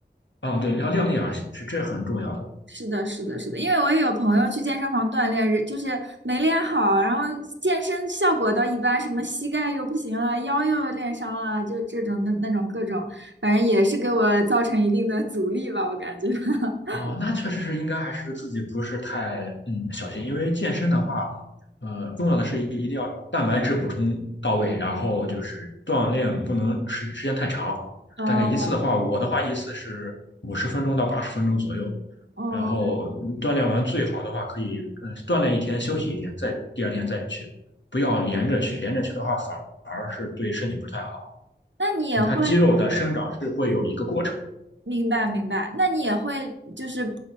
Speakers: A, on the left; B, on the right.
A: 啊，对，要量力而行，是这很重要的。
B: 是的，是的，是的，因为我也有朋友去健身房锻炼，就是没练好，然后健身效果倒一般，什么膝盖又不行了，腰又练伤了，就这种那那种各种，反正也是给我造成一定的阻力吧，我感觉。<laughs>
A: 哦，那确实是应该还是自己不是太嗯小心，因为健身的话，呃，重要的是一一定要蛋白质补充到位，然后就是锻炼不能时时间太长，
B: 哦
A: 大概一次的话，我的话一次是五十分钟到八十分钟左右，
B: 哦，
A: 然后嗯锻炼完最好的话可以，呃，锻炼一天休息一天，再第二天再去，不要连着去，连着去的话反而是对身体不太好，
B: 那你也会
A: 因为它肌肉的生长是会有一个过程。
B: 明白明白，那你也会就是